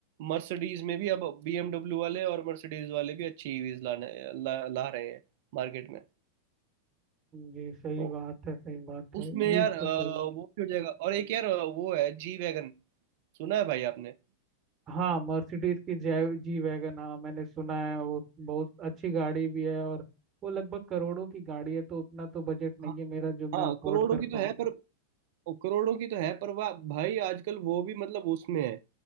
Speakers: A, on the right; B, on the right.
A: मर्सिडीज में भी अब बीएमडब्ल्यू वाले और मर्सिडीज वाले भी अच्छी ईवीज लाने ला, ला रहे हैं मार्केट में
B: जी सही
A: तो
B: बात है सही बात है
A: उसमें
B: ईवी
A: यार अ,
B: तो सही है
A: वो भी हो जाएगा और एक यार अ, वो है जी वैगन सुना है भाई आपने
B: हाँ मर्सिडीज की जै- जी वैगन हाँ मैंने सुना है वो बहुत अच्छी गाड़ी भी है और वो लगभग करोड़ों की गाड़ी है तो उतना तो बजट नहीं
A: हाँ
B: है मेरा जो
A: हाँ
B: मैं अफोर्ड
A: करोड़ों
B: कर
A: की
B: पाऊँ
A: तो है पर करोड़ों की तो है पर वाह भाई आजकल वो भी मतलब उसमें है